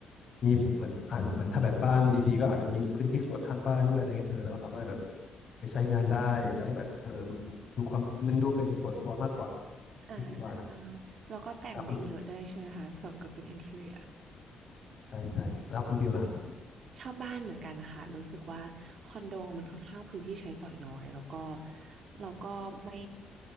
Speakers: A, on the left; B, on the right.
A: มีเหมือนอ่าเหมือนถ้าแบบบ้านดีๆก็อาจจะมีพื้นที่สวนข้างบ้านด้วยอะไรเงี้ยเออเราสามารถแบบไปใช้งานได้แล้วก็แบบเออมันดูความมันดูเป็นส่วนตัวมากกว่า
B: อ่า
A: พี่คิดว่านะ
B: อ่าแล้วก็แต่งได้เยอะด้วยใช่ไหมคะสมกับเป็นอินทีเรีย
A: นะคุณบิวใช่ใช่แล้วคุณบิวล่ะครับ
B: ชอบบ้านเหมือนกันค่ะรู้สึกว่าคอนโดมันค่อนข้างพื้นที่ใช้สอยน้อยแล้วก็เราก็ไม่